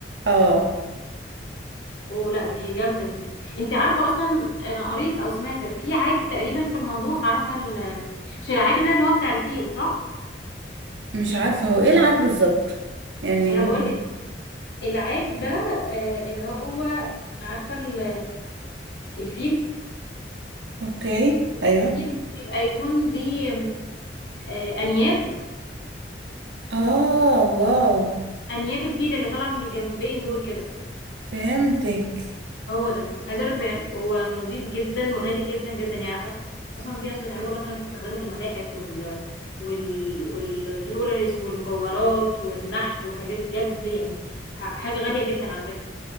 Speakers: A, on the right (about 80°); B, on the left (about 80°).
A: اه
B: ولا دي جامدة دي أنت عارفة أصلا أنا قريت أو سمعت في عاج تقريبا في الموضوع عارفة ال... مش العاج ده اللي هو بتاع الفيل صح
A: مش عارفة هو ايه العاد بالظبط يعني
B: ما أنا
A: ممكن
B: بقول لك العاج ده آه، اللي هو عارفة ال... الفيل
A: اوكي ايوه
B: الفيل مش بيبقى يكون ليه آه، أنياب
A: اه واو
B: أنياب الفيل اللي طالعة من الجنبين دول كده
A: فهمتك
B: هو ده عايز اقول لك بيع- هو نظيف جدا وغالي جدا جدا يعني اصلا في ناس بتعمله مثلا بتستخدمه في المتاحف وال وال والجولريز والمجوهرات والنحت والحاجات دي بجد يعني ح- حاجة غالية جدا على فكرة